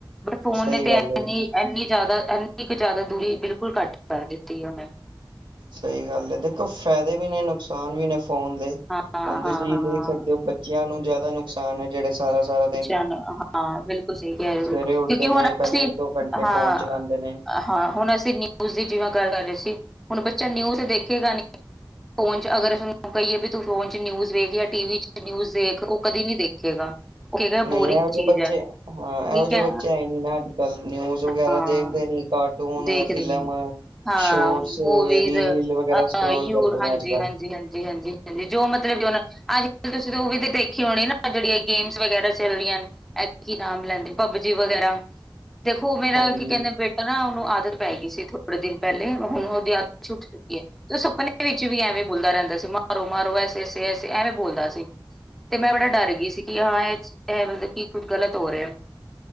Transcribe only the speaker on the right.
ਸਹੀ
ਗੱਲ ਹੈ
ਸਈ ਗੱਲ ਏ, ਦੇਖੋ ਫੈਦੇ ਵੀ ਨੇ ਨੁਕਸਾਨ ਵੀ ਨੇ ਫੋਨ ਦੇ,
ਹੁਨ ਤੁਸੀਂ
ਦੇਖ ਸਕਦੇ ਓ ਬ ਬੱਚਿਆਂ ਨੂੰ ਜਾਦਾ ਨੁਕਸਾਨ ਏ ਜੇੜੇ ਸਾਰਾ-ਸਾਰਾ
ਸਵੇਰੇ ਉੱਠਦੇ
ਨੇ ਪਹਿਲੇ
ਇੱਕ ਦੋ ਘੰਟੇ
ਫੋਨ ਚਲਾਉਂਦੇ ਨੇ
ਨਈ
ਏਹੋ
ਜੇ ਬੱਚੇ
ਹਾਂ
ਏਹੋ ਜੇ
ਬੱਚੇ ਐ ਨੀ ਨਾ ਅੱਜ ਕੱਲ੍ਹ, ਨਿਊਜ਼ ਵਗੈਰਾ
ਦੇਖਦੇ ਨੀ। ਕਾਰਟੂਨ,
ਫਿਲਮ
ਸ਼ੋਟਸ,
ਰੀਲ ਵਗੈਰਾ
ਸਕਰੋਲ
ਕਰਦੇ ਨੇ
ਅੱਜ ਕੱਲ।
ਹਾਂਜੀ